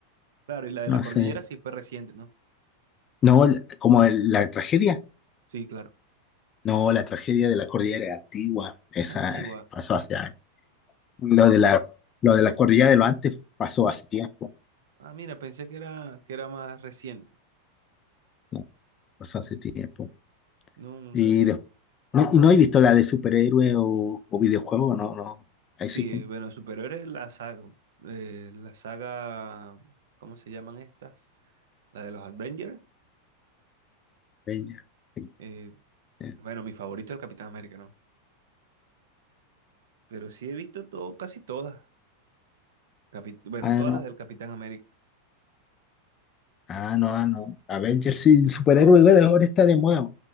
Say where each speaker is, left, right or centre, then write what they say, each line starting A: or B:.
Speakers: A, on the right; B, on the left.
A: claro, y la de la
B: No
A: cordillera
B: sé.
A: sí fue reciente, ¿no?
B: No, el- como el- la tragedia.
A: Sí, claro.
B: No, la tragedia de la cordillera antigua. Esa
A: Antigua.
B: eh, pasó hace años. Lo de la, lo de la cordillera de lo antes pasó hace tiempo.
A: Ah, mira, pensé que era, que era más reciente.
B: No, pasó hace tiempo.
A: No, no
B: Y,
A: sabía.
B: des- no, y no he visto la de superhéroe o, o videojuego. No, no. Ahí
A: Sí,
B: sí que no.
A: bueno, superiores la saga, eh, la saga, ¿cómo se llaman estas? La de los Avengers.
B: Avengers, sí,
A: eh,
B: sí.
A: bueno, mi favorito es el Capitán América, ¿no? Pero sí he visto todo, casi todas. Capi- bueno,
B: Ah,
A: todas
B: no.
A: las del Capitán América.
B: Ah, no, ah, no. Avengers sí, el superhéroe güey, ahora está de moda.